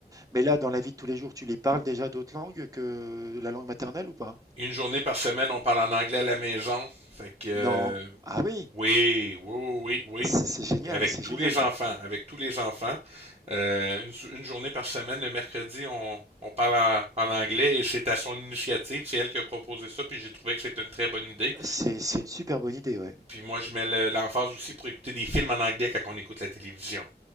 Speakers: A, on the right; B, on the right.
A: Mais là, dans la vie de tous les jours, tu les parles déjà d'autres langues que la langue maternelle ou pas?
B: Une journée par semaine, on parle en anglais à la maison. Fait que, euh,
A: Non. Ah oui,
B: Oui, oui, oui, oui, oui.
A: c'est c'est génial,
B: Avec
A: c'est
B: tous
A: génial.
B: les enfants, avec tous les enfants. Euh, une, sou- une journée par semaine, le mercredi, on, on parle en, en anglais et c'est à son initiative. C'est elle qui a proposé ça, puis j'ai trouvé que c'était une très bonne idée.
A: C'est c'est une super bonne idée, ouais.
B: Puis moi, je mets le- l'emphase aussi pour écouter des films en anglais quand on écoute la télévision.